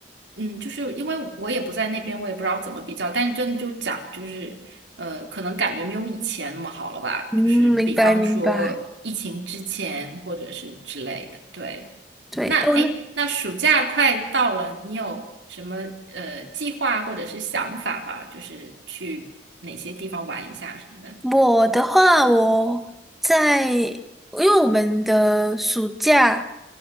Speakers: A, on the right; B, in the centre.
A: 嗯，就是因为我也不在那边，我也不知道怎么比较，但是真的就讲就是，呃，可能感觉没有以前那么好了吧，
B: 嗯，
A: 就是比方说疫情之前或者是之类的，
B: 明白明白。
A: 对。
B: 对，
A: 那诶，
B: 哦
A: 那暑假快到了，你有什么呃计划或者是想法吧？就是去哪些地方玩一下什么的？
B: 我的话，我在，因为我们的暑假，